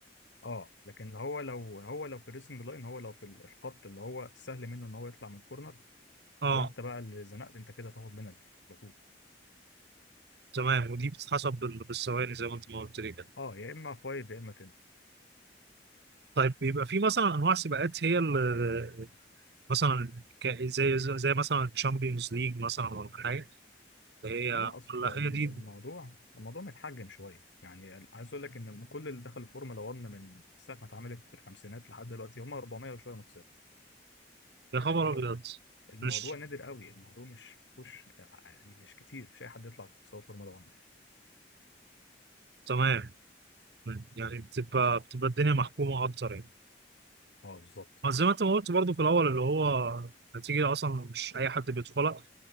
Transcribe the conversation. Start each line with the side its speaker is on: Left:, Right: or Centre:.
Left: اه لكن هو لو هو لو في الريسنج لاين هو لو في الخط اللي هو سهل منه ان هو يطلع من الكورنر
Right: اه
Left: وانت بقى اللي زنقت انت كده تاخد بنالتي على طول
Right: تمام ودي بتتحسب بال- بالثواني زي ما انت ما قلت لي كده
Left: اه يا اما فايف يا اما 10
Right: طيب بيبقى في مثلا انواع سباقات هي اللي مثلا ك- زي زي مثلا تشامبيونز ليج مثلا ولا حاجه هي
Left: لا اصل
Right: ولا
Left: ال-
Right: هي دي
Left: الموضوع الموضوع متحجم شويه يعني عايز اقول لك ان كل اللي دخل الفورمولا 1 من ساعه ما اتعملت في الخمسينات لحد دلوقتي هم 400 وشويه متسابق
Right: يا
Left: يعني
Right: خبر ابيض
Left: الموضوع
Right: مش
Left: نادر قوي الموضوع مش مفهوش يعني مش كتير مش اي حد يطلع في سواء فورمولا 1
Right: تمام يعني بتبقى
Left: بس
Right: بتبقى الدنيا محكومه اكتر يعني
Left: اه بالظبط
Right: ما زي ما انت ما قلت برضه في الاول اللي هو نتيجه اصلا مش اي حد بيدخلها